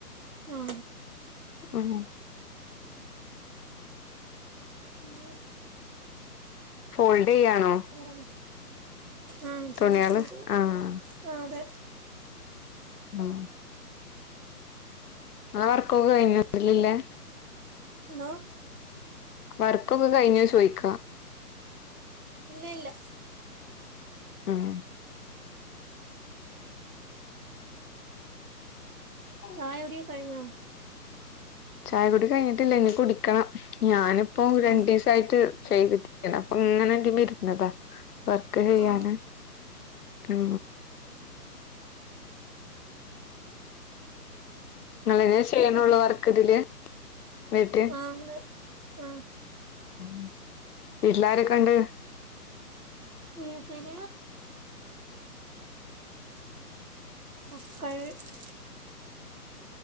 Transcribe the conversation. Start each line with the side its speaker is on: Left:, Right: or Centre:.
Right: ആ ആ
Left: ഉം
Right: പിന്നെ
Left: ഫോൾഡ് ചെയ്യയാണോ
Right: വേറെന്താ ആ പിന്നെ
Left: തുണികളു
Right: പോയിട്ട്
Left: ആഹ
Right: ആ അതെ
Left: ആഹ ങ്ങളെ വർക്കൊക്കെ കഴിഞ്ഞോ ഇതിലല്ലേ?
Right: എന്തോ
Left: വർക്കൊക്കെ കഴിഞ്ഞോ ചോയ്ക്ക
Right: ഇല്ല ഇല്ല
Left: മ് ആഹ
Right: ചായകുടിയൊക്കെ കഴിഞ്ഞോ?
Left: ചായ കുടി കഴിഞ്ഞിട്ടില്ല ഇനി കുടിക്കണം ഞാനിപ്പോ
Right: ആ
Left: രണ്ടു ദിവസയിട്ട് ചെയ്തിട്ടപ്പ ഇങ്ങനെ എതി വരുന്നതാ വർക്ക് ചെയ്യാന്
Right: ആ
Left: ആ ങ്ങള്ളനെ ചെയ്യുന്നോള്ളൂ വർക്ക് ഇതില് വീട്ട്
Right: ആ അതെ ആ
Left: ഉ വീട്ടിലാരൊക്കെണ്ട്?
Right: വിട്ടിൽ ഒക്ക <unintelligible>